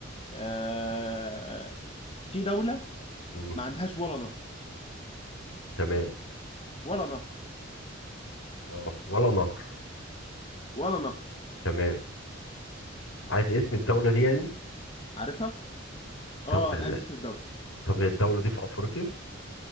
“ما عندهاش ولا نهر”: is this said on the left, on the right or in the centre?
Left